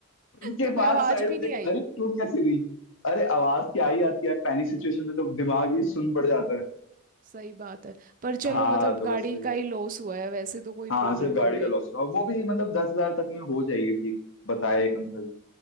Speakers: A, on the left; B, on the right.
A: उसके
B: तुम्हें
A: बाद
B: आवाज
A: साइड में
B: भी नहीं
A: देखा
B: आई
A: अरे टूट कैसे गई अरे आवाज क्या आई आती है पैनिक सिचुएशन में तो दिमाग ही सुन पड़ जाता है
B: सही बात है पर चलो
A: हाँ
B: मतलब
A: तो
B: गाड़ी
A: बस वही
B: का ही लॉस हुआ है वैसे तो कोई
A: हाँ
B: प्रॉब्लम
A: हाँ, सिर्फ
B: नहीं
A: गाड़ी
B: हुई
A: का लॉस हुआ वो भी मतलब दस हजार तक में हो जाएगी ठीक बताए एक अंकल ने।